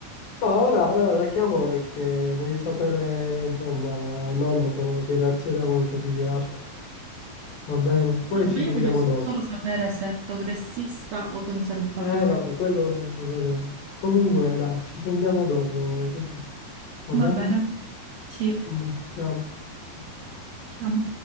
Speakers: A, on the left (about 85°); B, on the right (about 75°).
A: no, ora, ora la chiamo perché voglio sapere, insomma, nonno come, che reazione ha avuto più che altro. Va bene? Poi
B: Ah,
A: ci
B: Ma
A: sentiamo
B: io voglio
A: dopo.
B: solo sapere se è progressista o conservatore.
A: Eh, vabbè, quello lo, lo vedremo. Comunque, dai, ci sentiamo dopo. tesoro. Va
B: Va
A: bene?
B: bene, sì,
A: Va bene, ti amo. Ciao.
B: ti amo.